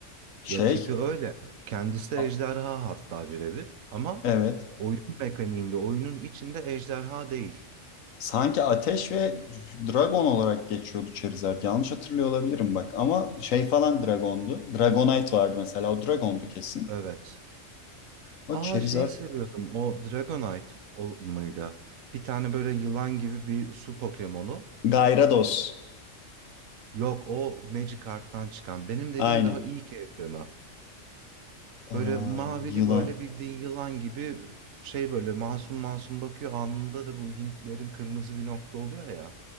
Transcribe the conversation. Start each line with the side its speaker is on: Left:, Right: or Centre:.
Left: Şey
Right: Ya tipi öyle. Kendisi de
Left: a-
Right: ejderha hatta birebir. Ama
Left: evet.
Right: oyun mekaniğinde, oyunun içinde ejderha değil.
Left: Sanki Ateş ve Dragon olarak geçiyordu Charizard. Yanlış hatırlıyor olabilirim bak. Ama şey falan Dragon'du. Dragonite vardı mesela. O Dragon'du kesin.
Right: Evet.
Left: O
Right: Aa
Left: Charizard.
Right: şeyi seviyordum. O Dragonite ol- mıydı? Bir tane böyle yılan gibi bir su Pokemon'u.
Left: Gyarados.
Right: Yok o Magikarp'tan çıkan. Benim dediğim
Left: Aynen.
Right: daha ilk evrimi. Böyle
Left: Aa,
Right: mavili
Left: yılan.
Right: böyle bildiğin yılan gibi şey böyle masum masum bakıyor. Alnında da bu Hintlerin kırmızı bir nokta oluyor ya.